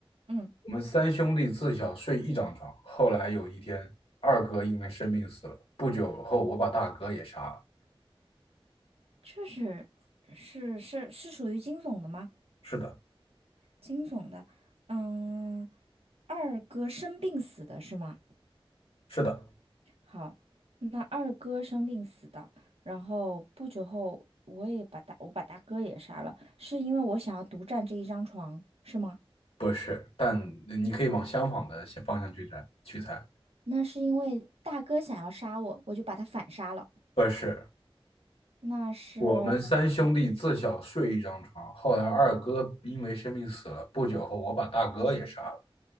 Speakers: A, on the right (about 85°); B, on the left (about 70°).
A: 嗯，
B: 我们三兄弟自小睡一张床，后来有一天，二哥因为生病死了，不久后我把大哥也杀了。
A: 这是是是是属于惊悚的吗？
B: 是的，
A: 惊悚的。嗯，二哥生病死的是吗？
B: 是的，
A: 好，那二哥生病死的，然后不久后我也把大我把大哥也杀了，是因为我想要独占这一张床，是吗？
B: 不是，但你可以往相反的方向去猜，去猜，
A: 那是因为大哥想要杀我，我就把他反杀了。
B: 不是。
A: 那是，
B: 我们三兄弟自小睡一张床，后来二哥因为生病死了，不久后我把大哥也杀了。